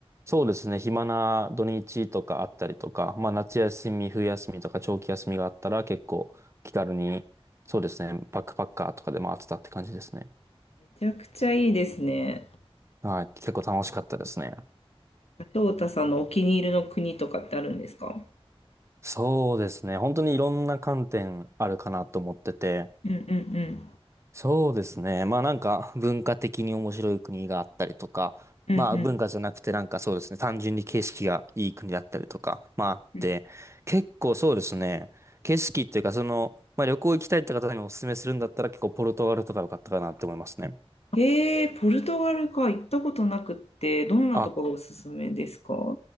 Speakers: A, on the right; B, on the left.
A: そうですね。暇な土日とかあったりとか、まあ夏休み、冬休みとか長期休みがあったら結構気軽に、そうですね。バックパッカーとかで回ってたって感じですね。
B: めちゃくちゃいいですね。
A: はい。結構楽しかったですね。
B: 翔太さんのお気に入りの国とかってあるんですか
A: そうですね。本当にいろんな観点あるかなと思ってて、
B: うんうんう
A: そうですね。まあなんか文化的に面白い国があったりとか、
B: ん。うんう
A: まあ文化じゃなくてなんかそうですね、単純に景色がいい国だったりとか、まああって、
B: ん。うん
A: 結構そうですね、景色っていうかその、まあ旅行行きたいって方にお勧めするんだったら結構ポルトガルとか良かったかなって思いますね。
B: ええー、ポルトガルか、行ったことなくって、どんなところがおすすめですか
A: あ、